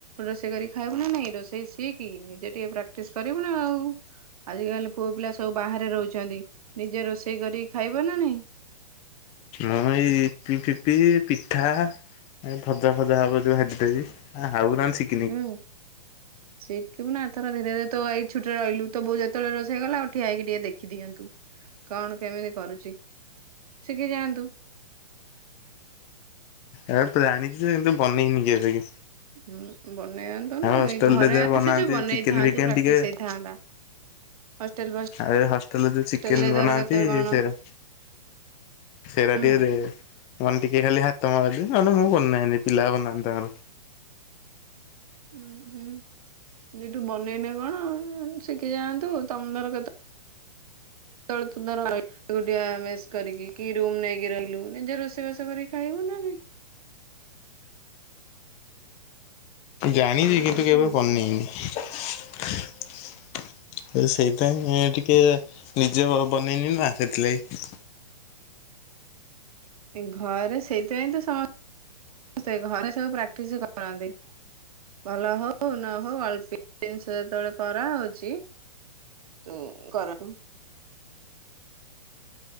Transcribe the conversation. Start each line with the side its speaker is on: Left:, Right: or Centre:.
Right: ରୋଷେଇ କରି ଖାଇବୁ ନା ନାଇଁ। ରୋଷେଇ ସିଏକି ନିଜେ ଟିକେ ପ୍ରାକ୍ଟିସ କରିବୁ ନା ଆଉ। ଆଜିକାଲି ପୁଅ ପିଲା ସବୁ ବାହାରେ ରହୁଛନ୍ତି। ନିଜେ ରୋଷେଇ କରିକି ଖାଇବ ନା ନାହିଁ।
Left: ନଁ <unintelligible> ପିପି ଫିପି ପିଠା, ଭଜା, ଫଜା ହବ ଯ ହାାରଦବି ଆ ହଉନା ଶ।
Right: ହୁଁ। ଶିଖିବୁ ନାଥର ଧୀରେ ଧୀରେ ତ ଏଇ ଛୁଟିରେ ରହିଲୁ। ତବୁଉତେବେଳେ ରୋେଇ ଗଲା ଉଉଠିଆକ ଟିକେ ଦେଖିଦିଅନ୍ତୁ। କଣ କେମିତି କରୁଛି। ଶିଖି ଯାଆନ୍ତୁ।
Left: ଏ ପ୍ରାଣିଛି ତ କିନ୍ତୁ ବନେଇନି କି ଏବେ କି।
Right: ହୁଁ ବନେଇଥାାଆନ୍ତୁ।
Left: ଆଉ
Right: ନା
Left: ହଷ୍ଟେଲରେ
Right: ଏ ଘରେ
Left: ଯାହା
Right: ଆସିଛୁ
Left: ବନାନ୍ତି
Right: ବନେଇଥାନ୍ତୁ
Left: ଚିକେନ ଫିକେନ
Right: ପ୍ରାକ୍ଟିସ
Left: ଟିକେ
Right: ହେଇଥାନ୍ତା। ହଷ୍ଟେଲ
Left: ଆଉ ଏ ହଷ୍ଟେଲରେ ଯୋଉ
Right: ଫଷ୍ଟେଲରେ
Left: ଚିକେନ
Right: ଧର
Left: ବନାନ୍ତି
Right: କେତେବେଳେ କଣ
Left: ସେଟା। ସେରାଟିରେ
Right: ହୁଁ
Left: <unintelligible> ମାନେ ଟିକେ ଖାଲି ହାତ ମାରଦି ନେ ମୁଁ କରିୁନାଁନି ପିଲା କରିନାହାନ୍ତି ତାଙ୍କର।
Right: ହୁଁ ହୁଁ <inaudible> ଯିଠୁ ବନେଇନେ କଣ ଶିଖି ଯାଆନ୍ତୁ। ତମନର କଥା। ଳ ସୁନ୍ଦର ର <unintelligible> ଗୋ ଆମେ କରିକି କି ରୁମ ନେଇକି ରହିଲୁ ନିଜେ ରୋଷେଇବାସ କରିକି ଖାଇବୁ ନା ନାଇଁ।
Left: ଜାଣିଛି
Right: ଏଇଆ
Left: କିନ୍ତୁ
Right: ହଉଛି
Left: କେବେ
Right: କଥା।
Left: ପନେଇନି। ସେଇପାଇଁ ଟିକେ ନିଜେ ବନେଇନି ନା ସେଥିଲାଗି।
Right: ଘରେ ସେଇଥିପାଇଁ ତ ସମସ୍ତେ ସମସ୍ତେ ଘରେ ସବୁ ପ୍ରାକ୍ଟିସ କରନ୍ତି। ଭଲ ହଉ ନ ହଉ ଅଳ୍ପ ଜିନିଷ ଯେତେବେଳେ କରାହେଉଛି। ତୁ କର ତୁ।